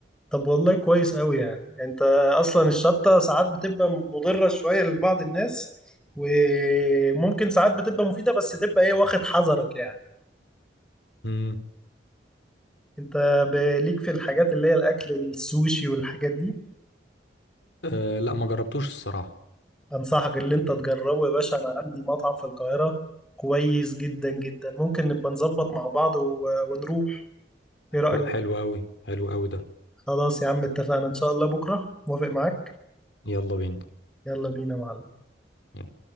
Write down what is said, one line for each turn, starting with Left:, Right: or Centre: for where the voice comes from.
Centre: طب والله كويس قوي يعني يعني انت اصلا الشطة ساعات بتبقى مضرة شوية لبعض الناس وممكن ساعات بتبقى مفيدة بس تبقى ايه واخد حذرك يعني
Left: امم
Centre: انت ب- ليك في الحاجات اللي هي الاكل السوشي والحاجات دي
Left: أه لا ما جربتوش الصراحة
Centre: انصحك اللي انت تجربه يا باشا انا عندي مطعم في القاهرة كويس جدا جدا ممكن نبقى نظبط مع بعض و- ونروح ايه رأيك
Left: لو- حلو قوي حلو قوي ده
Centre: خلاص يا عم اتفقنا ان شاء الله بكرة موافق معاك
Left: يلا بينا
Centre: يلا بينا يا معلم
Left: يلا.